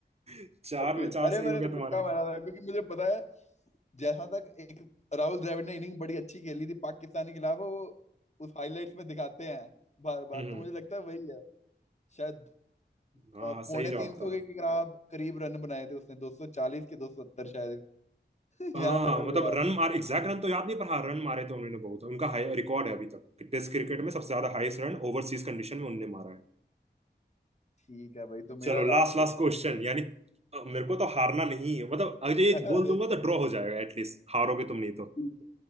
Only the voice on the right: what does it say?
<laughs> चार
में चार
सही
हो गया तुम्हारा
हम्म
हाँ
हाँ, सही
जवाब
था
हाँ
मतलब
रन मार एग्जैक्ट रन तो याद नहीं पर हाँ रन मारे थे उन्होंने बहुत उनका हाई रिकॉर्ड है अभी तक टेस्ट क्रिकेट में सबसे ज्यादा हाईएस्ट रन ओवरसीज कंडीशन में उनने मारा है
चलो
लास्ट
लास्ट क्वेश्चन यानी अ, मेरे को तो हारना नहीं है मतलब अगर ये
बोल
दूंगा तो ड्रॉ हो जाएगा एटलीस्ट हारोगे तुम नहीं तो